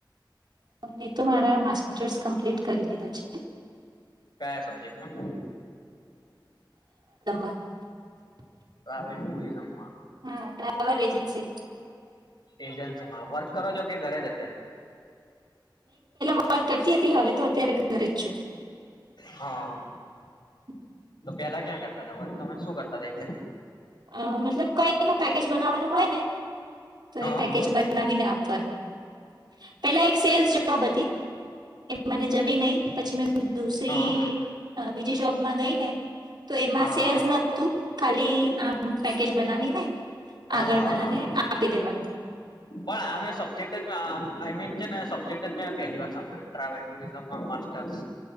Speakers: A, on the right (about 60°); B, on the left (about 60°).
A: મે તો મારા માસ સ્ટર ટર કરી લીધા છે
B: કયા સબ્જેક્ટમાં
A: <unintelligible>
B: તો આવેલ ટુરિઝમ
A: હા ટ્રાવેલ એજન્સી
B: એજન્સીમાં. વર્ક કરો છો કે ઘરે જ અત્યારે?
A: વર્ક કરતી હતી હવે તો અત્યારે ઘરે જ છું.
B: હા.
A: <inaudible>
B: તો પેલા ક્યાં કરતા હતા, તમે શું કરતા હતા એટલે?
A: અહ મતલબ કઈ <unintelligible> પેકેજ બનાવવાનું હોય ને તો
B: હા
A: એ પેકેજ બનાવીને આપવાનું. પેલા એક સેલ્સ જોબ હતી. એ મને જમી નહી. પછી મે દુસરી
B: હા
A: તા બીજી જોબમાં ગઈ ને તો એમાં
B: હા
A: સેલ્સ
B: હા હા
A: નતું. ખાલી આ પેકેજ બનાવીને આગળ
B: હા
A: વાલાને
B: હા
A: આપી દેવાનું.
B: પણ આ મેં સબ્જેક્ટ જ આઈ મીન છે ને સબ્જેક્ટ જ મે પહેલી વાર સાંભળ્યો, ટાવેલ ટુરિઝમમાં માસ્ટરસ